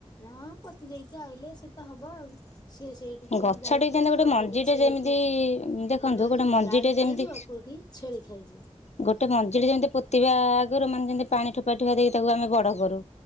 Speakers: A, on the left (about 35°); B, on the left (about 75°).
A: ହ ପୋତି ଦେଇକି ଆଇଲେ ସେ ତ ହବ ଆଉ। ସିଏ ସେଇଠୁ କୋଉଠୁ
B: ଗଛଟେ
A: ଗାଈ ଖାଇଯିବ
B: ଯେମିତି ଗୋଟେ ମଞ୍ଜିଟେ
A: କୋଉଠି ଛେଳି
B: ଯେମିତି
A: ଖଏ
B: ଦେଖନ୍ତୁ
A: ଗୋଟେ
B: ମଞ୍ଜିଟେ
A: ଗାଈ ଖାଇଯିବ
B: ଯେମିତି
A: କୋଉଠି ଛେଳି ଖାଇଯିବ।
B: ଗୋଟେ ମଞଜିରେ ଯେମିତି ପୋତିିବା ଆଗରୁ ମାନେ ଯେମିତି ପାଣି ଠୋପେ ଠୋପେ ଦେଇକି ତାକୁ ଆମେ ବଡ କରୁ।